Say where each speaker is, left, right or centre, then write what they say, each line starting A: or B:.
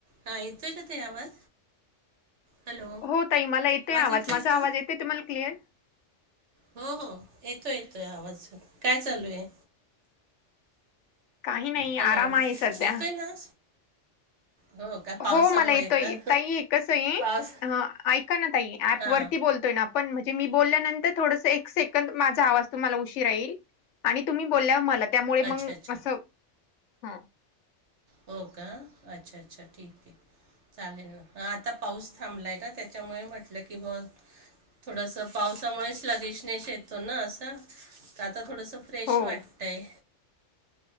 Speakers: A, on the right (about 70°); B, on the left (about 75°).
A: हा. येतोय का ताई आवाज. हॅलो
B: हो ताई मला येतोय आवाज,
A: येतो
B: माझा
A: आहे का
B: आवाज येतय तुम्हाला क्लिअर.
A: हो हो येतोय येतोय, आवाज काय चालू ये.
B: काही नाही
A: हॅलो
B: आराम आहे सध्या.
A: येतोय ना, हो. का पावसामुळे
B: हो मला येतोय
A: का
B: ताई कसं आहे,
A: पावस
B: ऐका ना ताई ऍप
A: हां
B: वरती बोलतोय ना. पण म्हणजे, मी बोलल्यानंतर थोडस एक सेकंद माझा आवाज तुम्हाला उशिरा येईल. आणि तुम्ही बोलल्या मला, त्यामुळे मग
A: अच्छा अच्छा
B: असं हं.
A: हो का, अच्छा अच्छा ठीक ये. चालेल ना, हं.. आता पाऊस थांबलाय ना, त्याच्यामुळे म्हटलं की बाबा. थोडंसं पावसामुळेच लगेश नश येतो ना, असं आता थोडंसं. फ्रेश
B: हो.
A: वाटतंय,